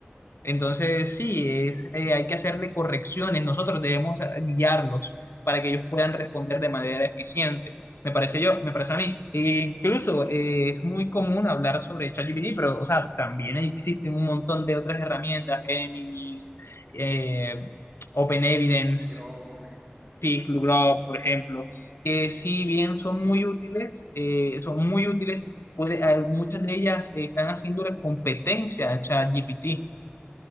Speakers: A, on the left; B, on the right.
A: Entonces, sí, es, eh, hay que hacerle correcciones. Nosotros debemos eh, guiarlos para que ellos puedan responder de manera eficiente. Me parece yo, me parece a mí. E incluso eh, es muy común hablar sobre ChatGPT, pero, o sea, también existen un montón de otras herramientas, Géminis, eh, OpenEvidence,
B: Grok, por ejemplo.
A: Glue, por ejemplo, que si bien son muy útiles, eh, son muy útiles, puede, eh, muchas de ellas eh, están haciéndole competencia a ChatGPT.